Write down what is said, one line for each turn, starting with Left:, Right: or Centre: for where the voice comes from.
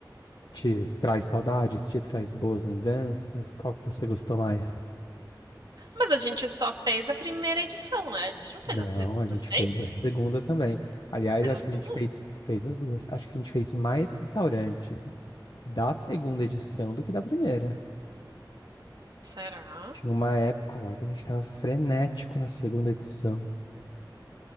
Left: te traz saudades, te traz boas lembranças? Qual que você gostou mais?
Right: Mas a gente só fez a primeira edição, né? A gente não fez
Left: Não,
Right: a segunda,
Left: a gente
Right: fez?
Left: fez a segunda também. Aliás,
Right: Fez
Left: acho
Right: as
Left: que
Right: duas?
Left: a gente fez, fez as duas. Acho que a gente fez mais restaurante da segunda edição do que da primeira.
Right: Será?
Left: Tinha uma época lá que a gente tava frenético na segunda edição.